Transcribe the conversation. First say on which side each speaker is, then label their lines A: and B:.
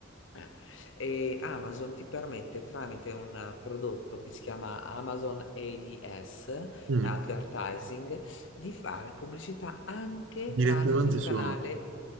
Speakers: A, on the left; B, on the right.
A: Eh, E Amazon ti permette tramite un prodotto che si chiama Amazon ADS,
B: Mm,
A: Advertising, di fare pubblicità anche
B: Direttamente
A: tramite il
B: su...
A: canale,